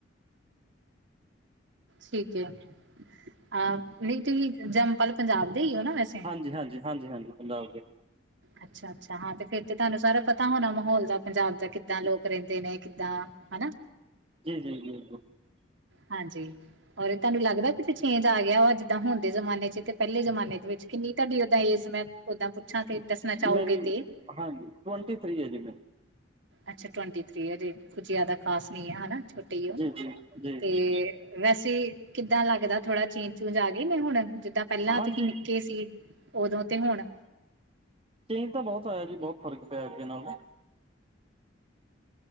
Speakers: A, on the right; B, on the right.
A: ਠੀਕ ਐ, ਅਹ ਨਹੀਂ ਤੁਸੀਂ ਜੰਮਪਲ ਪੰਜਾਬ ਦੇ ਹੀ ਹੋ ਨਾ ਵੈਸੇ?
B: ਹਾਂਜੀ-ਹਾਂਜੀ-ਹਾਂਜੀ-ਹਾਂਜੀ, ਪੰਜਾਬ ਦੇ।
A: ਅੱਛਾ-ਅੱਛਾ ਹਾਂ, ਤੇ ਫੇਰ ਤੇ ਤੁਹਾਨੂੰ ਸਾਰਾ ਪਤਾ ਹੋਣਾ ਮਾਹੌਲ ਦਾ ਪੰਜਾਬ ਦਾ ਕਿੱਦਾਂ ਲੋਕ ਰਹਿੰਦੇ ਨੇ ਕਿੱਦਾਂ ਹੈਨਾ।
B: ਜੀ-ਜੀ-ਜੀ-ਜੀ।
A: ਹਾਂਜੀ, ਔਰ ਤੁਹਾਨੂੰ ਲੱਗਦਾ ਵੀ ਤੇ ਚੇਂਜ ਆ ਗਿਆ ਵਾ, ਜਿੱਦਾਂ ਹੁਣ ਦੇ ਜ਼ਮਾਨੇ ਚ ਤੇ ਪਹਿਲੇ ਜ਼ਮਾਨੇ ਦੇ ਵਿੱਚ, ਕਿੰਨੀ ਤੁਹਾਡੀ ਓਦਾਂ ਏਜ ਮੈਂ ਓਦਾਂ ਪੁੱਛਾਂ ਤੇ ਦੱਸਣਾ ਚਾਹੋਗੇ
B: ਮੇਰੀ
A: ਤੇ।
B: ਹਾਂਜੀ, ਟਵੰਟੀ ਥ੍ਰੀ ਹੈ ਜੀ ਮੇਰੀ।
A: ਅੱਛਾ, ਟਵੰਟੀ ਥ੍ਰੀ ਐ, ਕੁਝ ਜ਼ਿਆਦਾ ਖਾਸ ਨਹੀ ਐ, ਛੋਟੀ ਹੀ ਉਹ,
B: ਜੀ ਜੀ ਜੀ
A: ਤੇ ਵੈਸੇ ਕਿੱਦਾਂ ਲੱਗਦਾ ਥੋੜ੍ਹਾ ਚੇਂਜ- ਚੂਂਜ ਆ ਗਈ ਨੇ ਹੁਣ ਜਿੱਦਾਂ ਪਹਿਲਾਂ
B: ਹਾਂਜੀ
A: ਤੁਸੀਂ ਨਿੱਕੇ ਸੀ, ਉਦੋਂ ਤੇ ਹੁਣ
B: ਚੇਂਜ ਤਾਂ ਬਹੁਤ ਹੋਇਆ ਜੀ, ਬਹੁਤ ਫ਼ਰਕ ਪਿਆ ਅੱਗੇ ਨਾਲੋਂ।